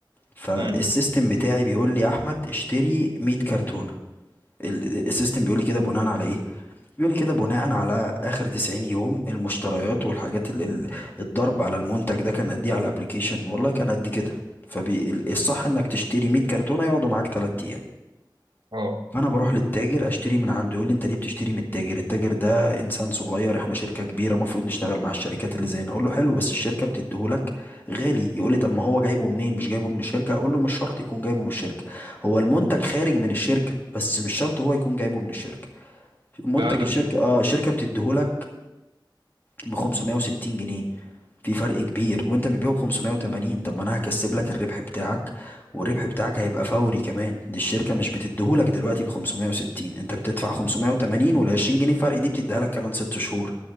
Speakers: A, on the left; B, on the right.
A: فالسيستم
B: امم
A: بتاعي بيقول لي يا احمد اشتري 100 كرتونه ال- السيستم بيقول لي كده بناء على ايه بيقول لي كده بناء على اخر 90 يوم المشتريات والحاجات ال- ال- الضرب على المنتج ده كان قد ايه على الابليكيشن والله كان قد كده فالصح انك تشتري 100 كرتونه يقعدوا معاك 3 ايام
B: اه
A: فانا بروح للتاجر اشتري من عنده يقول لي انت ليه بتشتري من التاجر التاجر ده انسان صغير احنا شركه كبيره المفروض نشتغل مع الشركات اللي زينا اقول له حلو بس الشركه بتديهولك غالي يقول لي طب ما هو جايبه منين مش جايبه من الشركه اقول له مش شرط يكون جايبه من الشركه هو المنتج خارج من الشركه بس مش شرط هو يكون جايبه من الشركه منتج
B: فعلا
A: الشركه اه الشركه بتديهولك ب 560 جنيه في فرق كبير وانت بتبيعه ب 580 طب ما انا هكسب لك الربح بتاعك والربح بتاعك هيبقى فوري كمان دي الشركة مش بتديهولك دلوقتي ب 560 انت بتدفع 580 وال 20 جنيه فرق دي بتديها لك كمان 6 شهور